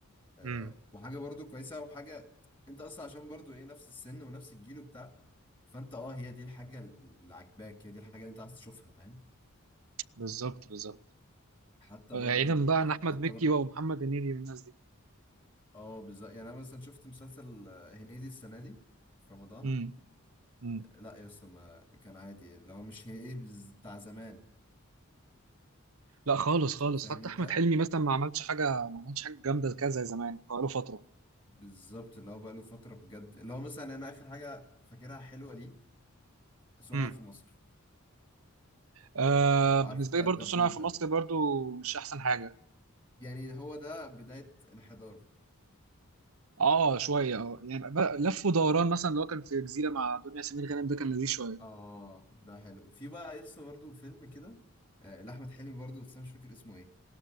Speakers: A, on the left; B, on the right.
A: آه
B: امم
A: وحاجه برضو كويسه وحاجه انت اصلا عشان برضو ايه نفس السن ونفس الجيل وبتاع فانت اه هي دي الحاجه ال- اللي عاجباك هي دي الحاجه اللي انت عايز تشوفها فاهم
B: بالظبط بالظبط
A: حتى
B: بعيدا
A: برضو
B: بقى عن
A: آه،
B: احمد
A: حتى
B: مكي
A: برضو
B: ومحمد هنيدي والناس دي
A: اه بالظبط يعني انا مثلا شفت مسلسل آه، هنيدي السنه دي في رمضان
B: امم امم
A: لا يا اسطى ما كان عادي اللي هو مش هنيدي بز- بتاع زمان
B: لا خالص خالص
A: فاهم
B: حتى
A: انت
B: احمد حلمي مثلا ما عملش حاجه ما عملش حاجه جامده كده زي زمان بقاله فتره
A: بالظبط اللي هو بقى له فتره بجد اللي هو مثلا انا اخر حاجه فاكرها حلوه ليه صنع
B: امم
A: في مصر
B: آه
A: لو عارف
B: بالنسبه
A: بتاع
B: لي برضو
A: الدبدوب
B: صنع في
A: ده
B: مصر برضو مش احسن حاجه
A: يعني هو ده بدايه الحضاره
B: اه شويه اه يعني بقى لف ودوران مثلا اللي هو كان في جزيره مع دنيا سمير غانم ده كان لذيذ شويه
A: اه ده حلو في بقى يسطا برضه فيلم كده آه، لأحمد حلمي برضه بس انا مش فاكر اسمه ايه